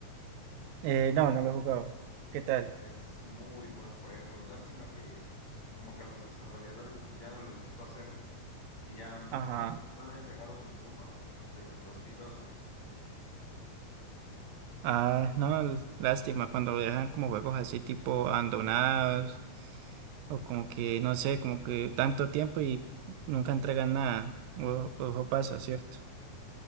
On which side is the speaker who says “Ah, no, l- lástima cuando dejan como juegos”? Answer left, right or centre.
Right